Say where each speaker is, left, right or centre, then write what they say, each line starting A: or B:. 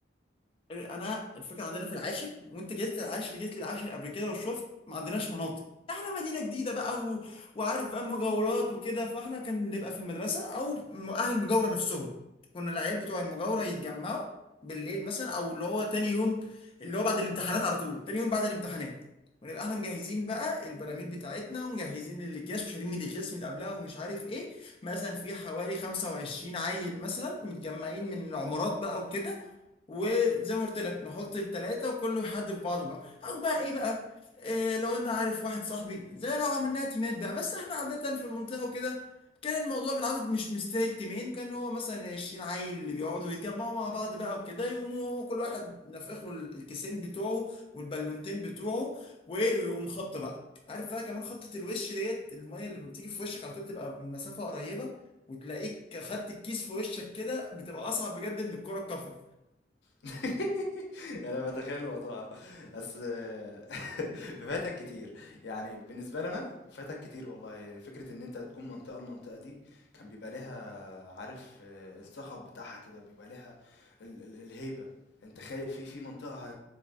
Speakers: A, on the left; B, on the left.
A: انا الفكره عندنا في العاشر وانت جيت للعاشر جيت للعاشر قبل كده وشفت ما عندناش مناطق احنا مدينه جديده بقى و... وعارف بقى مجاورات وكده فاحنا كان بنبقى في المدرسه او م- اهل المجاوره نفسهم كنا العيال بتوع المجاوره يتجمعوا بالليل مثلا او اللي هو تاني يوم اللي هو بعد الامتحانات على طول تاني يوم بعد الامتحانات ونبقى احنا مجهزين بقى البراميل بتاعتنا ومجهزين الاكياس وشارين الاكياس من قبلها ومش عارف ايه مثلا في حوالي 25 عيل مثلا متجمعين من عمارات بقى وكده وزي ما قلت لك نحط التلاتة وكله يحدف في بعضه بقى او بقى ايه بقى إيه لو انا عارف واحد صاحبي زي لو عملناها تيمات بقى بس احنا عادة في المنطقة وكده كان الموضوع بالعدد مش مستاهل تيمين كان هو مثلا العشرين عيل اللي بيقعدوا يتجمعوا مع بعض بقى وكده يقوموا هو كل واحد نفخ له الكيسين بتوعه والبالونتين بتوعه وإيه، ويقوم خبطة بقى عارف بقى كمان خبطة الوش ديت المية اللي بتيجي في وشك على طول بتبقى من مسافة قريبة وتلاقيك خدت الكيس في وشك كده بتبقى أصعب بجد من الكرة الكفر
B: <laughs> أنا باتخيل الموضوع آه. بس آه، <laughs> فاتك كتير. يعني بالنسبة لي أنا، فاتك كتير والله. فكرة إن أنت تكون منطقة لمنطقة دي كان بيبقى ليها عارف آه، الصخب بتاعها كده، بيبقى ليها ال ال الهيبة. أنت خاي في في منطقة هت